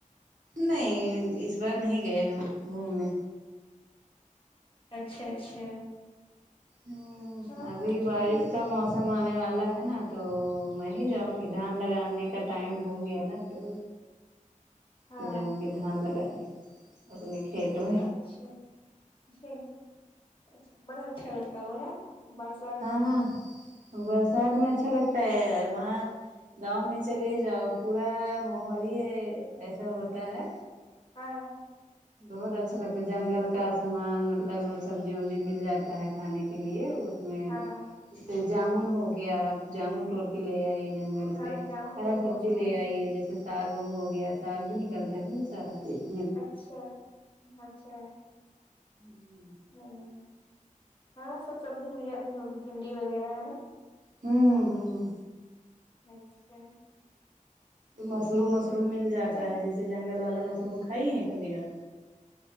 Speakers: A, on the right (about 70°); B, on the left (about 40°).
A: نہیں اس بار نہیں گئے ہم گھومنے
B: اچھا اچھا
A: ھمم
B: ہاں
A: ابھی
B: چھٹی
A: بارش کا موسم آنے والا ہے نا تو میں ہی جاؤںگی دھان لگانے کا ٹائم ہو گیا نا تو
B: ہاں
A: تو جاؤں گی دھان لگا نے اپنے کھیت میں
B: اچھاصحیح ہے اچھا بڑا اچھا لگتا ہوگا نہ بارش
A: ہاں ہاں برسات میں اچھا لگتا ہے وہاں گاؤں میں چلے جاؤ پورا ماحول ہی ایسا ہوتا ہے
B: ہاں
A: بہت اچھا لگتا ہے جنگل کا سامان مطلب سبزی وبزی مل جاتا ہے کھانے کے لیے وہ میں
B: ہاں
A: جے جامن ہو گیا آپ جامن توڑ لے کے آئیے جنگل
B: ہاں
A: سے
B: جامن
A: ہرا
B: کا بھی
A: سبزی
B: موسم
A: لے
B: ہے
A: آئیے جیسے ساگ وگ ہو گیا ساگ بھی نکلتا ہے بہت سارا پھر
B: اچھا اچھا
A: ھممم
B: ھمم ہاں سب سبزی مل جاتی ہو گی منڈی وغیرہ ہے نا
A: ھممم ھمم ھمم
B: اچھا
A: مشروم وشروم مل جاتا
B: چل
A: ہے جیسے جنگل والا مشروم کھائی ہیں کبھی آپ